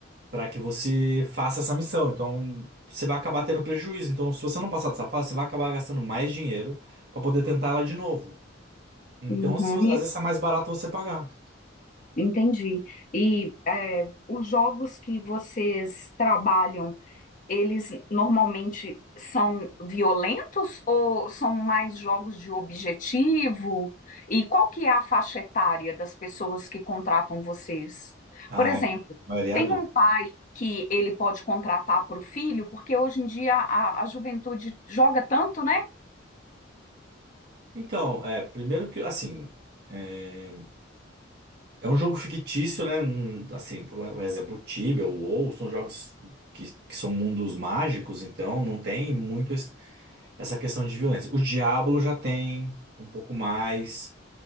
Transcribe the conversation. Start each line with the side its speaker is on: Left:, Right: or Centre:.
Right: Para que você faça essa missão. Então, você vai acabar tendo prejuízo. Então, se você não passar dessa fase, você vai acabar gastando mais dinheiro para poder tentar ela de novo. Então,
Left: Uhum.
Right: se, às vezes é mais barato você pagar.
Left: Entendi. E é, os jogos que vocês trabalham, eles normalmente são violentos ou são mais jogos de objetivo? E qual que é a faixa etária das pessoas que contratam vocês?
Right: Ah,
Left: Por exemplo,
Right: é. A maioria
Left: tem
Right: é adulto.
Left: um pai que ele pode contratar para o filho, porque hoje em dia a, a juventude joga tanto, né?
Right: Então, é, primeiro que, assim. é, É um jogo fictício, né? Hum, Assim, por por exemplo, o Tibia, o WoW, são jogos que, que são mundos mágicos, então não tem muito es- essa questão de violência. O Diablo já tem um pouco mais,